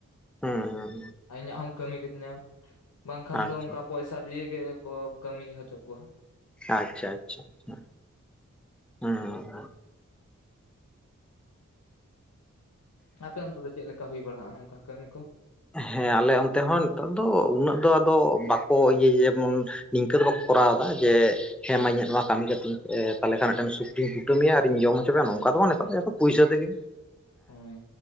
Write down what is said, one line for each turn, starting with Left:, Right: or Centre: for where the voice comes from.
Centre: ᱦᱩᱸ ᱦᱩᱸ
Left: ᱟᱧᱟᱜ ᱦᱚᱸᱢ ᱠᱟᱹᱢᱤ ᱠᱟᱹᱛᱤᱧᱟ ᱾ ᱵᱟᱝᱠᱷᱟᱱ
Centre: ᱟᱪᱪᱷᱟ
Left: ᱫᱚ ᱚᱝᱠᱟ ᱯᱚᱭᱥᱟ ᱫᱤᱭᱮ ᱜᱮᱠᱚ ᱠᱟᱹᱢᱤ ᱦᱚᱪᱚ ᱠᱚᱣᱟ ᱾
Centre: ᱟᱪᱪᱷᱟ ᱟᱪᱪᱷᱟ ᱟᱪᱪᱷᱟ ᱦᱩᱸ᱾
Left: ᱟᱯᱮ ᱚᱱᱛᱮ ᱫᱚ ᱪᱮᱫ ᱞᱮᱠᱟ ᱦᱩᱭ ᱵᱟᱲᱟᱜᱼᱟ ᱚᱱᱠᱟ ᱠᱟᱹᱢᱤ ᱠᱚ?
Centre: ᱦᱮᱸ ᱟᱞᱮ ᱚᱱᱛᱮ ᱦᱚᱸ ᱱᱮᱛᱟᱨ ᱫᱚ ᱩᱱᱟᱹᱜ ᱫᱚ ᱟᱫᱚ ᱵᱟᱠᱚ ᱤᱭᱟᱹᱭᱟ ᱡᱮᱢᱚᱱ ᱱᱤᱝᱠᱟᱹ ᱫᱚ ᱵᱟᱠᱚ ᱠᱚᱨᱟᱣ ᱫᱟ ᱡᱮ ᱦᱮᱸ ᱢᱟ ᱱᱚᱣᱟ ᱤᱧᱟᱜ ᱠᱟᱹᱢᱤ ᱠᱟᱛᱤᱧ ᱮ ᱛᱟᱦᱚᱞᱮ ᱢᱤᱫᱴᱮᱱ ᱥᱩᱠᱨᱤᱧ ᱠᱩᱴᱟᱹᱢᱮᱭᱟ ᱟᱨᱤᱧ ᱡᱚᱢ ᱥᱮ <unintelligible> ᱱᱚᱝᱠᱟ
Left: ᱦᱳᱭ
Centre: ᱫᱚ ᱵᱟᱝ ᱱᱤᱛᱚᱜ ᱡᱮ ᱯᱩᱭᱥᱟᱹ ᱛᱮᱜᱮ
Left: ᱦᱳᱭ